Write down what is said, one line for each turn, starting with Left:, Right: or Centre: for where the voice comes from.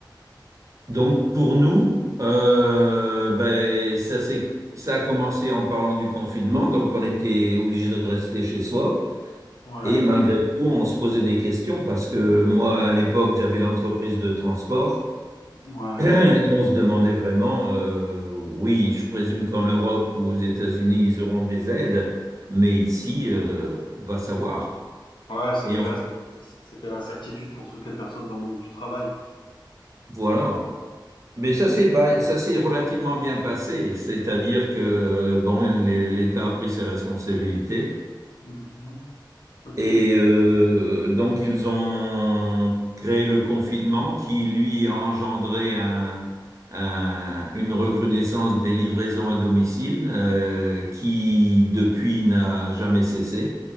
Right: Donc pour nous, euh, ben, ça, s'est- ça a commencé en parlant du confinement, donc on était obligé de rester chez soi.
Left: Ouais,
Right: Et malgré tout, on se posait des questions parce que moi, à l'époque, j'avais l'entreprise de transport
Left: ouais.
Right: <clears throat> et on se demandait vraiment, euh, oui, je présume qu'en Europe ou aux États-Unis, ils auront des aides, mais ici, euh, va savoir.
Left: Ouais, c'est
Right: Et
Left: vrai,
Right: enfin,
Left: c'était c'était l'incertitude pour toutes les personnes dans le monde du travail.
Right: voilà. Mais ça s'est ba- ça s'est relativement bien passé, c'est-à-dire que bon, les- l'État a pris ses responsabilités
Left: Mhm. Ok.
Right: et euh, donc ils ont créé le confinement qui lui a engendré un- un- une recrudescence des livraisons à domicile euh, qui depuis n'a jamais cessé.